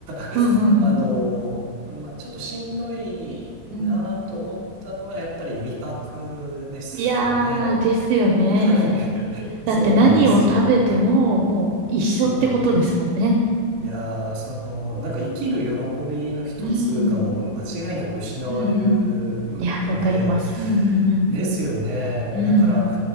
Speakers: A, on the right; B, on the right.
A: <laughs>
B: うんうんうん。
A: あの、まあ、ちょっとしんどいなと思ったのは、
B: うん。
A: やっぱり味覚ですね。
B: いやー、ですよね。
A: <laughs> はいそうなんですよ。
B: だって何を食べても、もう一緒ってことですもんね。
A: そう。いやー、その、なんか生きる喜びの一つがもう間違いなく失われるので、
B: うん。うんうん。いや、わかります。うんうんうん。
A: ですよね。
B: うん。
A: だから、